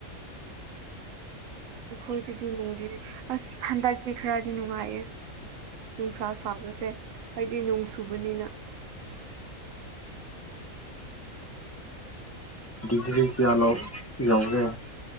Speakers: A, on the right (about 70°); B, on the left (about 20°).
A: ꯑꯈꯣꯏꯗꯗꯤ ꯅꯨꯡꯗꯤ ꯑꯁ ꯍꯟꯗꯛꯇꯤ ꯈꯔꯗꯤ ꯅꯨꯡꯉꯥꯏꯌꯦ ꯅꯨꯡꯁꯥ ꯁꯥꯕꯁꯦ ꯑꯩꯗꯤ ꯅꯣꯡ ꯁꯨꯕꯅꯤꯅ
B: ꯗꯤꯒ꯭ꯔꯤ ꯀꯌꯥꯂꯣ ꯌꯧꯕꯔꯣ